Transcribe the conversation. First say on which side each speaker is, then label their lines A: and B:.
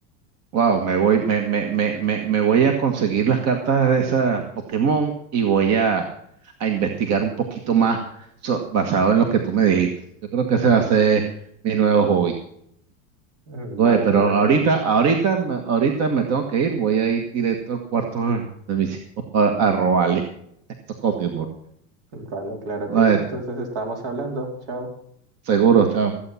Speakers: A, on the right; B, on the right.
A: Wow, me voy, me, me, me, me, me voy a conseguir las cartas de esas Pokémon y voy a, a investigar un poquito más so- basado en lo que tú me dijiste. Yo creo que ese va a ser mi nuevo hobby.
B: Mm,
A: Oye,
B: Vale,
A: pero
B: claro
A: ahorita,
B: que sí,
A: ahorita, me- ahorita me tengo que ir, voy a ir directo al cuarto de mis <laughs> hijos a, a robarle. <laughs> Esto es Coquimbo.
B: Mm, vale, claro
A: Oye,
B: que sí, entonces estamos hablando, chao.
A: seguro, chao.